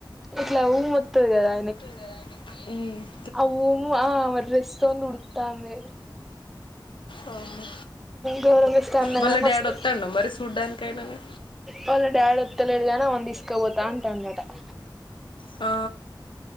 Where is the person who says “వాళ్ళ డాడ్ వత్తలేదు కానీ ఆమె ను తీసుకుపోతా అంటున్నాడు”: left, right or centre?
Centre